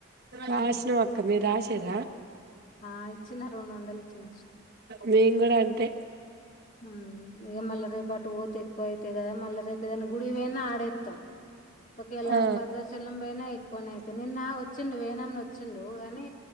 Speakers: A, on the right; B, on the left.
A: రాసినం అక్క మీరు రాసిర
B: ఆ ఇచ్చిన రెండు వందలు ఇచ్చిన
A: మేము కూడా అంతె
B: ఉం ఇగ మళ రేపాటు పోతే ఎక్కువయి అయితే కదా మళ్ళా రేపు ఏదైనా గుడి పోయినా ఆడేస్తాం ఒకవేళ
A: ఆ
B: అటు భద్రాచలం పోయినా ఎక్కువనే అయితే నిన్న వచ్చిండు వేనాన్న వచ్చిండు కాగానీ